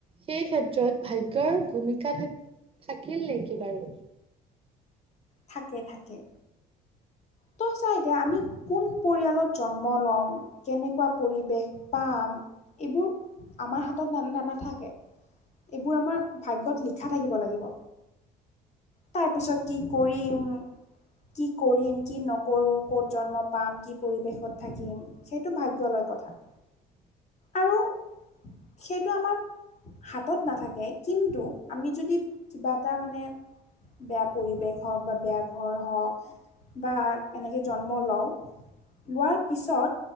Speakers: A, on the right (about 35°); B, on the left (about 40°).
A: সেই ক্ষেত্ৰত ভাগ্যৰ ভূমিকা থা থাকিল নেকি বাৰু
B: থাকে থাকে তই চা এতিয়া আমি কোন পৰিয়ালত জন্ম লম কেনেকুৱা পৰিৱেশ পাম এইবোৰ আমাৰ হাতত নানা নানা থাকে এইবোৰ আমাৰ ভাগ্যত লিখা থাকিব লাগিব তাৰপিছত কি পৰিম কি কৰিম কি নকৰো ক'ত জন্ম পাম কি পৰিৱেশত থাকিম সেইটো ভাগ্য লাগ লৈ কথা
A: <inaudible>
B: আৰু সেইটো আমাৰ হাতত নাথাকে কিন্তু আমি যদি কিবা এটা মানে বেয়া পৰিৱেশ হওক বা বেয়া ঘৰ হওক বা এনেকৈ জন্ম লওঁ লোৱাৰ পিছত